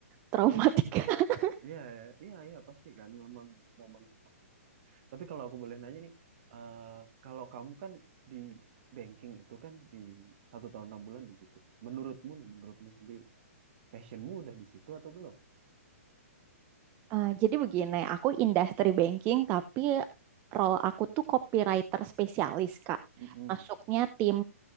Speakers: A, on the right; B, on the right.
A: traumatik. <laughs>
B: iya iya iya pasti kan memang memang seperti itu tapi kalau aku boleh nanya nih eh, kalau kamu kan di banking itu kan di satu tahun enam bulan di situ menurutmu nih menurutmu sendiri passionmu udah di situ atau belum
A: Eh, jadi begini, aku industri banking tapi role aku tuh copywriter spesialis, Kak.
B: Mm-mm,
A: Masuknya tim